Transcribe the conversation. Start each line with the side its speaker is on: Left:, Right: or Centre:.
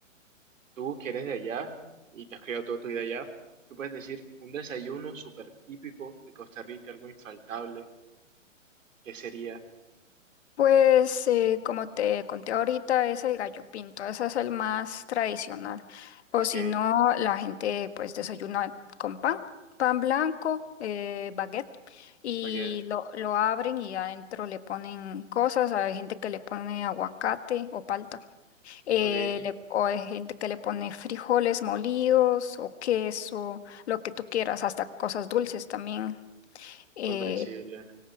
Right: tú que eres de allá y te has criado toda tu vida allá, ¿tú puedes decir un desayuno súper típico de Costa Rica, algo infaltable? ¿Qué sería?
Left: Pues eh, como te conté ahorita es el gallo pinto, ese es el más tradicional. O
Right: Ok,
Left: si no, la gente pues desayuna con pan, pan blanco, eh, baguette, y
Right: va a quedar,
Left: lo, lo abren y adentro le ponen cosas. Hay gente que le pone aguacate o palta, eh,
Right: ok,
Left: le- o hay gente que le pone frijoles molidos o queso, lo que tú quieras, hasta cosas dulces también. eh,
Right: comprensible.